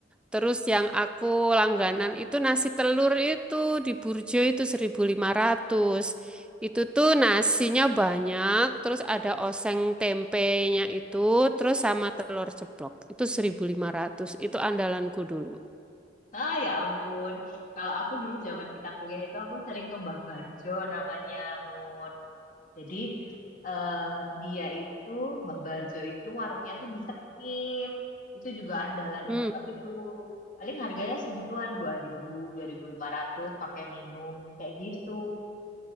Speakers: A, in the centre; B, on the left (about 45°).
A: Terus yang aku langganan itu nasi telur itu di Burjo itu 1.500. Itu tuh nasinya banyak, terus ada oseng tempenya itu, terus sama telur ceplok. Itu 1.500, itu andalanku dulu.
B: Ah ya ampun. Kalau aku dulu zaman kita kuliah itu aku sering ke Mbah Barjo namanya Mun. Jadi eh, dia itu Mbah Barjo itu warungnya tuh di Sekip. Itu juga andalan
A: Hmm.
B: banget itu. Paling harganya segituan dua ribu, dua ribu lima ratus pakai minum kayak gitu.